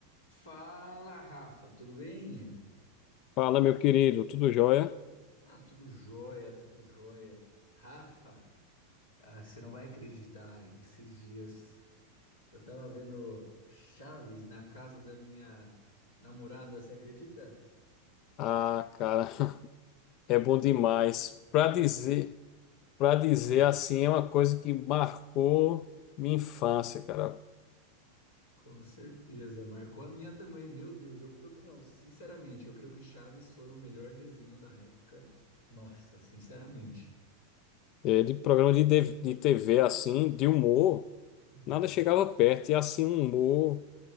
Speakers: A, on the left; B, on the left.
A: Fala, Rafa, tudo bem?
B: Fala, meu querido, tudo jóia?
A: Ah, tudo jóia, tudo jóia. Rafa, ah, você não vai acreditar, esses dias eu tava vendo Chaves na casa da minha namorada, você acredita?
B: Ah, cara, <laughs> é bom demais.
A: Ué,
B: para dizer, para dizer
A: pode falar.
B: assim, é uma coisa que marcou minha infância, cara.
A: Com certeza, marcou a minha também, meu Deus, eu, eu- não, sinceramente, eu creio que Chaves foi o melhor desenho da época. Nossa, sinceramente.
B: É, de programa de, TV de TV assim, de humor,
A: Hum,
B: nada chegava perto. E assim, um humor